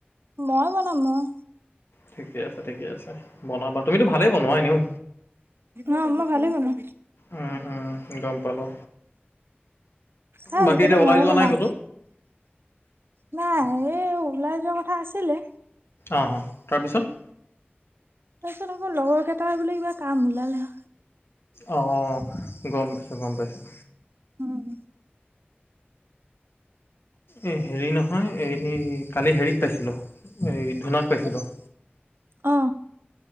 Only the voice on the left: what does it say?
ঠিকে আছে, ঠিকে আছে, বনাবা। তুমিতো ভালেই বনোৱা এনেও
উম উম গম পালো
বাকী এতিয়া ওলাই
যোৱা
নাই ক'তো
অঁ', অ', তাৰপিছত?
অঁ', অ', গ'ম পাইছোঁ, গ'ম পাইছোঁ।
এই হেৰি নহয়, এই কালি হেৰিক পাইছিলোঁ, এই ধূনাক পাইছিলোঁ।